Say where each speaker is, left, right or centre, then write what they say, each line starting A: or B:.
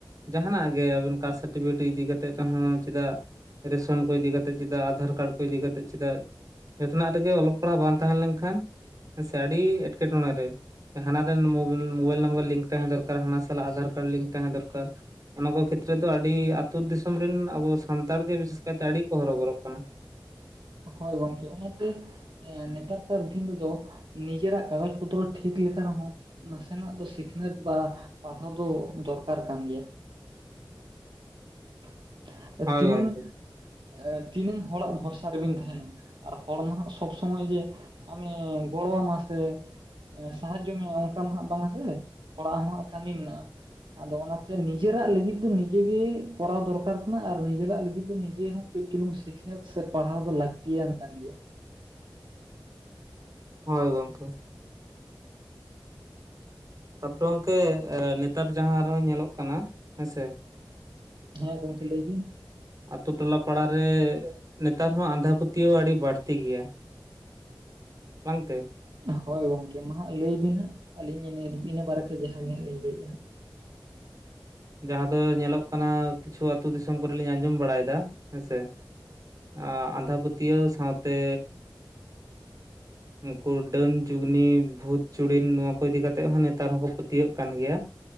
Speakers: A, on the right; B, on the right.
A: ᱡᱟᱦᱟᱱᱟᱜ ᱜᱮ ᱟᱹᱵᱤᱱ ᱠᱟᱥᱴ ᱥᱟᱨᱴᱤᱯᱷᱤᱠᱮᱴ ᱤᱫᱤ ᱠᱟᱛᱮᱫ ᱨᱮᱦᱚᱸ ᱪᱮᱫᱟᱜ ᱨᱮᱥᱚᱱ ᱠᱚ ᱤᱫᱤ ᱠᱟᱛᱮᱫ ᱪᱮᱫᱟᱜ ᱟᱫᱷᱟᱨ ᱠᱟᱨᱰ ᱠᱚ ᱤᱫᱤ ᱠᱟ ᱠᱟᱛᱮᱫ ᱪᱮᱫᱟᱜ ᱡᱚᱛᱚᱱᱟᱜ ᱨᱮᱜᱮ ᱚᱞᱚᱜ ᱯᱟᱲᱦᱟᱜ ᱵᱟᱝ ᱛᱟᱦᱮᱸ ᱞᱮᱱᱠᱷᱟᱱ ᱥᱮ ᱟᱹᱰᱤ ᱮᱸᱴᱠᱮᱴᱚᱬᱮ ᱨᱮ ᱦᱟᱱᱟ ᱨᱮᱱ ᱢᱳᱵᱟᱭᱤᱞ ᱱᱟᱢᱵᱟᱨ ᱞᱤᱝᱠ ᱛᱟᱦᱮᱸ ᱫᱚᱨᱠᱟᱨ ᱾ᱦᱟᱱᱟ ᱥᱟᱞᱟᱜ ᱟᱫᱷᱟᱨ ᱠᱟᱨᱰ ᱞᱤᱝᱠ ᱛᱟᱦᱮᱸ ᱫᱚᱨᱠᱟᱨ᱾ ᱚᱱᱟ ᱠᱚ ᱠᱷᱮᱛᱨᱮ ᱫᱚ ᱟᱹᱰᱤ ᱟᱹᱛᱩ ᱫᱤᱥᱚᱢ ᱨᱮᱱ ᱟᱵᱚ ᱥᱟᱱᱛᱟᱲ ᱜᱮ ᱵᱤᱥᱮᱥ ᱠᱟᱭᱛᱮ ᱟᱹᱰᱤ ᱠᱚ ᱦᱚᱨᱚᱵᱚᱨᱚᱜ ᱠᱟᱱᱟ ᱾
B: ᱦᱳᱭ ᱜᱚᱝᱠᱮ, ᱚᱱᱟᱛᱮ ᱮ ᱱᱮᱛᱟᱨ ᱠᱟᱨ ᱫᱤᱱ ᱨᱮᱫᱚ ᱱᱤᱡᱮᱨᱟᱜ ᱠᱟᱜᱚᱡ ᱯᱚᱛᱨᱚ ᱴᱷᱤᱠ ᱞᱮᱠᱟ ᱨᱮᱦᱚᱸ ᱱᱟᱥᱮᱱᱟᱜ ᱫᱚ ᱥᱤᱠᱷᱱᱟᱹᱛ ᱵᱟ ᱯᱟᱲᱦᱟᱣ ᱫᱚ ᱫᱚᱨᱠᱟᱨ ᱠᱟᱱ ᱜᱮᱭᱟ ᱾
A: ᱦᱳᱭ
B: ᱛᱤᱱᱟᱹᱝ
A: ᱜᱚᱝᱠᱮ
B: ᱮᱸ ᱛᱤᱱᱟᱹᱝ ᱦᱚᱲᱟᱜ ᱵᱷᱚᱨᱥᱟ ᱵᱤᱱ ᱛᱟᱸᱦᱮᱱᱟ, ᱟᱨ ᱦᱚᱲ ᱦᱟᱸᱜ ᱥᱚᱵᱽ ᱥᱚᱢᱚᱭ ᱡᱮ ᱟᱢᱮ ᱜᱚᱲᱚᱣᱟᱢᱟ ᱥᱮ ᱮᱸ, ᱥᱟᱦᱟᱡᱡᱚ ᱢᱮᱭᱟ ᱚᱝᱠᱟ ᱫᱚ ᱦᱟᱸᱜ ᱵᱟᱝᱟ ᱥᱮ, ᱚᱲᱟᱜ ᱦᱚᱸ ᱦᱟᱸᱜ ᱟᱠᱷᱟ ᱜᱮ ᱢᱮᱱᱟᱜ-ᱟ᱾ ᱟᱫᱚ ᱚᱱᱟᱛᱮ ᱱᱤᱡᱮᱨᱟᱜ ᱞᱟᱹᱜᱤᱫ ᱫᱚ ᱱᱤᱡᱮ ᱜᱮ ᱠᱚᱨᱟᱣ ᱫᱚᱨᱠᱟᱨ ᱠᱟᱱᱟ ᱟᱨ ᱱᱤᱡᱮᱨᱟᱜ ᱞᱟᱹᱜᱤᱫ ᱫᱚ ᱱᱤᱡᱮ ᱦᱚᱸ ᱠᱟᱺᱡ ᱪᱩᱞᱩᱝ ᱥᱤᱠᱷᱱᱟᱹᱛ ᱥᱮ ᱯᱟᱲᱦᱟᱣ ᱫᱚ ᱞᱟᱹᱠᱛᱤᱭᱟᱱ ᱠᱟᱱ ᱜᱮᱭᱟ᱾
A: ᱦᱳᱭ ‌‌ᱜᱚᱝᱠᱮ᱾ ᱛᱟᱯᱚᱨ ᱜᱚᱝᱠᱮ ᱱᱮᱛᱟᱨ ᱡᱟᱦᱟᱸ ᱟᱨᱚ ᱧᱮᱞᱚᱜ ᱠᱟᱱᱟ ᱦᱮᱸᱥᱮ
B: ᱦᱮᱸ ᱜᱚᱝᱠᱮ ᱞᱟᱹᱭ ᱵᱤᱱ᱾
A: ᱟᱛᱩ ᱴᱚᱞᱟ ᱯᱟᱲᱟ ᱨᱮ ᱱᱮᱛᱟᱨ ᱦᱚᱸ ᱟᱸᱫᱷᱟ ᱯᱟᱹᱛᱭᱟᱹᱣ ᱟᱹᱰᱤ ᱵᱟᱹᱲᱛᱤ ᱜᱮᱭᱟ᱾ ᱵᱟᱝᱛᱮ
B: ᱦᱳᱭ ᱜᱚᱝᱠᱮ ᱢᱟ ᱦᱟᱸᱜ ᱞᱟᱹᱭ ᱵᱤᱱ ᱦᱟᱸᱜ ᱟᱹᱞᱤᱧ ᱤᱱᱟᱹ ᱵᱟᱨᱮᱛᱮ ᱡᱟᱦᱟᱸ ᱜᱮ ᱦᱟᱸᱜ ᱞᱤᱧ ᱞᱟᱹᱭᱮᱫ-ᱟ᱾
A: ᱡᱟᱦᱟᱸ ᱫᱚ ᱧᱮᱞᱚᱜ ᱠᱟᱱᱟ ᱠᱤᱪᱷᱩ ᱟᱹᱛᱩ ᱫᱤᱥᱚᱢ ᱠᱚᱨᱮ ᱞᱤᱧ ᱟᱸᱡᱚᱢ ᱵᱟᱲᱟᱭᱮᱫᱟ, ᱦᱮᱸ ᱥᱮ? ᱟᱸᱻ ᱟᱸᱫᱷᱟ ᱯᱟᱹᱛᱭᱟᱹᱣ ᱥᱟᱸᱣᱛᱮ
B: <inaudible>
A: ᱱᱩᱠᱩ ᱰᱟᱹᱱ ᱡᱩᱜᱽᱱᱤ ᱵᱷᱩᱛ-ᱪᱩᱲᱤᱱ ᱱᱚᱣᱟ ᱠᱚ ᱤᱫᱤ ᱠᱟᱛᱮ ᱦᱚᱸ ᱱᱮᱛᱟᱨ ᱦᱚᱸᱠᱚ ᱯᱟᱹᱛᱭᱟᱹᱜ ᱠᱟᱱ ᱜᱮᱭᱟ᱾